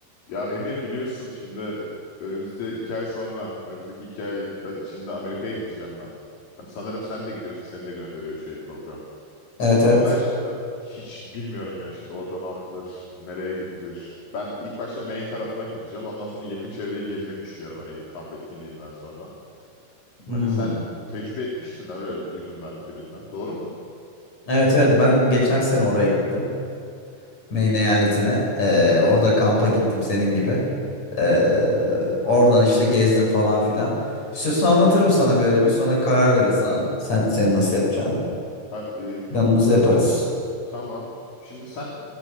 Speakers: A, on the left; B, on the left.
A: Ya Emir biliyorsun şimdi önümüzde iki ay sonra, önümüzdeki iki ay da içinde Amerika'ya gideceğim ben. Hani sanırım sen de gidiyorsun, seni de gönderiyor şey program.
B: Evet evet.
A: Ama ben şimdi hiç bilmiyorum ya şimdi orada ne yapılır, nereye gidilir. Ben ilk başta Maine tarafına gideceğim. Ondan sonra yakın çevreyi gezmeyi düşünüyorum hani kamp etkinliğinden sonra.
B: Hmm.
A: Hani sen tecrübe etmiştin öyle duydum ben birinden. Doğru mu?
B: Evet evet ben geçen sene oraya gittim. Maine eyaletine. Ee, orada kampa gittim senin gibi. Ee, oradan işte gezdim falan filan. İstiyorsan anlatırım sana böyle bir sonra karar verirsen sen senin nasıl yapacağını.
A: Ha, e,
B: Planımızı
A: s-
B: yaparız.
A: tamam. Şimdi sen